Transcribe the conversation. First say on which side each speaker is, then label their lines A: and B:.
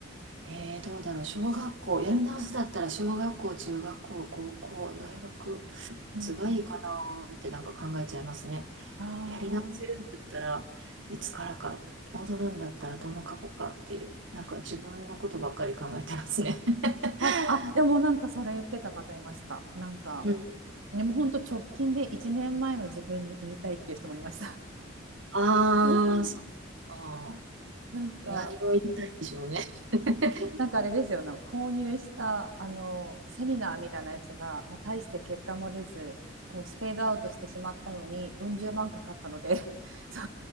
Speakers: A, on the right; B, on the right.
A: えー、どうだろう、小学校、やり直すだったら小学校、中学校、高校、大学、いつがいいかなーってなんか考えちゃいますね。
B: うんうん。あ
A: やり直せるんだったらいつからか、戻るんだったらどの過去かっていう、なんか自分のことばっかり考えてますね。<laughs>
B: あ、あ、でもなんかそれ言ってた方いました。なんか、
A: うん、
B: でも本当直近で1年前の自分に言いたいっていう人もいました。
A: <laughs> ああ、
B: <laughs>
A: そうか。あー
B: なんか、
A: 何を言いたいんでしょうね。<laughs>
B: なんかあれですよね、購入したあのセミナーみたいなやつが、まあ、大して結果も出ず、こうスペードアウトしてしまったのに、うん十万かかったので <laughs>、そ